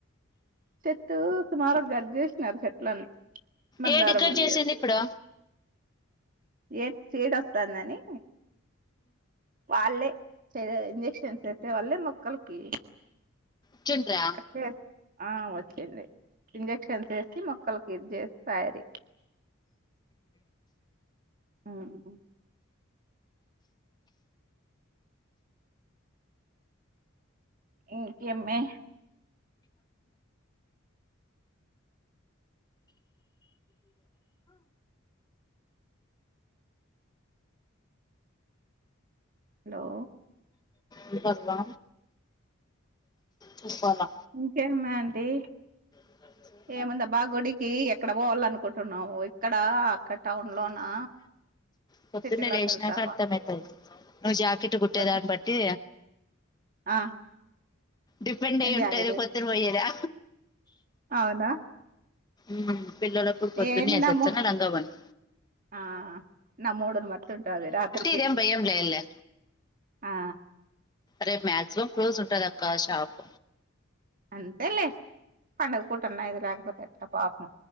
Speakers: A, on the right; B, on the left.
A: చెట్టు సుమారు గడ్ చేసినారు చెట్లన్నీ మందారం
B: ఏంటి ఇక్కడ
A: వి
B: చేసింది
A: అవి
B: ఇప్పుడు
A: ఏం చీడ వస్తాందని వాళ్ళే ద ఇంజక్షన్స్ వేసే వాళ్ళే మొక్కలకి
B: చ్చున్డ్రా
A: కట్ చేసి ఆ వచ్చింది ఇంజక్షన్స్ వేసి మొక్కలకి ఇది చేసి పాయ్ రీ ఉమ్మ్ ఇంకేం మే హలో
B: ఇన్ పస్దా చెప్పాల
A: ఇంకే మే ఆంటీ
B: <unintelligible>
A: ఏముందా బా గుడికి ఎక్కడ పోవాల అనుకుంటున్నావు ఇక్కడ అక్కడ టౌన్ లోనా
B: పొద్దు
A: సిటీలోకి
B: నే లేేసినాక
A: వెళ్తావా
B: అర్థంమయితది నువ్వు జాకెట్ కుట్టేదాన్ని
A: వద్దు
B: బట్టి
A: ఆ
B: డిపెండ్ అయ్ ఉంటది
A: జాగిరి
B: పొద్దున పొయ్యేదా
A: అవునా
B: ఉమ్ పిల్లలప్పుడు పొద్దున్నే
A: ఏం
B: ఏసేచ్చనా
A: నమ్ము
B: లంగా ఓని
A: ఆ నా మూడుని బట్టి ఉంటాది రాత్రికి
B: ఇదేం భయం లేదులే
A: ఆ
B: రేప్ మాక్సిమం క్లోజ్ ఉంటదక్క షాప్
A: అంతేలేే పండగ పూటన్న ఏది లేకపోతే ఎట్ట పాపం